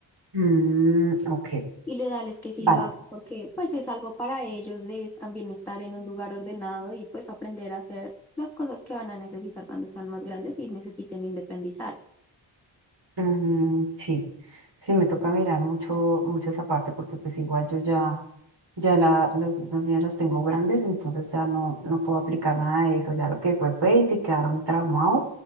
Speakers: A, on the right; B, in the centre.
A: Mm, ok,
B: Y lo ideal es que sí
A: vale.
B: lo haga porque pues es algo para ellos de es también estar en un lugar ordenado y pues aprender a hacer las cosas que van a necesitar cuando sean más grandes y necesiten independizarse.
A: Mm, sí, sí, me toca mirar mucho, mucho esa parte porque pues igual yo ya, ya la, los, los niños los tengo grandes, entonces ya no, no puedo aplicar nada de eso. Ya lo que fue fue y si quedaron traumados,